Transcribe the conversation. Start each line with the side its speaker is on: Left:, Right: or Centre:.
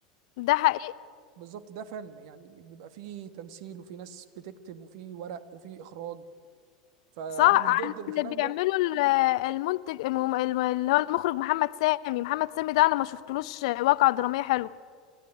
Left: ده حقيقي
Right: بالظبط ده فن يعني بيبقى فيه تمثيل وفي ناس بتكتب وفي ورق وفي اخراج فانا
Left: صح
Right: مش ضد
Left: عن
Right: الكلام
Left: اللي بيعمله
Right: ده
Left: ال- المنتج الم- الم- اللي هو المخرج محمد سامي محمد سامي ده انا ما شفتلوش واقعة درامية حلوة